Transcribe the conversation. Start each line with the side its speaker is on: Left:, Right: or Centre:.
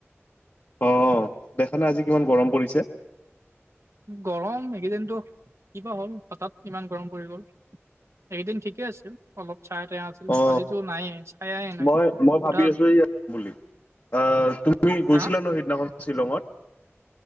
Left: অ, দেখালে আজি কিমান গৰম পৰিছে?
Right: গৰম এইকেইদিনটো কিবা হ'ল হঠাৎ কিমান গৰম পৰি গ'ল। এইকেইদিন ঠিকে আছিল অলপ চায়া টায়া আছিল
Left: অ
Right: আজিতো নায়ে চায়ায়ে নাই
Left: মই
Right: সোধা
Left: মই ভাবি আছো বুলি আহ তুমি গৈছিলা
Right: হা
Left: ন সিদিনাখন শ্বিলঙত